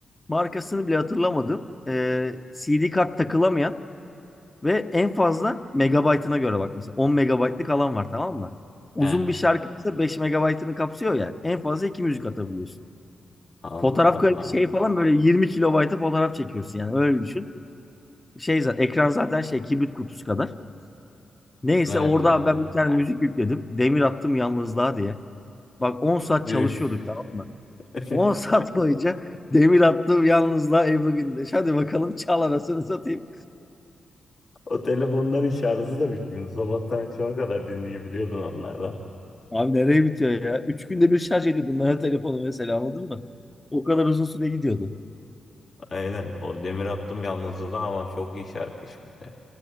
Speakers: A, on the left (about 20°); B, on the left (about 60°).
A: markasını bile hatırlamadım. e, CD kart takılamayan ve en fazla megabaytına göre bak mesela 10 megabaytlık alan var tamam mı? Uzun
B: eh.
A: bir şarkıysa 5 megabaytını kapsıyor ya. En fazla 2 müzik atabiliyorsun.
B: Allah
A: Fotoğraf
B: Allah.
A: kayıt şey falan böyle 20 kilobayta fotoğraf çekiyorsun yani öyle düşün. Şey zaten ekran zaten şey kibrit kutusu kadar. Neyse
B: Evet
A: orada
B: evet.
A: abi ben bir tane müzik yükledim. Demir attım yalnızlığa diye. Bak 10 saat
B: Üf.
A: çalışıyorduk tamam mı?
B: <laughs>
A: 10 saat boyunca demir attım yalnızlığa Ebru Gündeş. Hadi bakalım çal arasını satayım.
B: O telefonların şarjı da bitmiyordu. Sabahtan akşama kadar dinleyebiliyordun onlardan.
A: Abi nereye bitiyor ya? Üç günde bir şarj ediyordum ben o telefonu mesela anladın mı? O kadar uzun süre gidiyordu.
B: Aynen. O Demir Attım Yalnızlığı da ama çok iyi şarkı şimdi.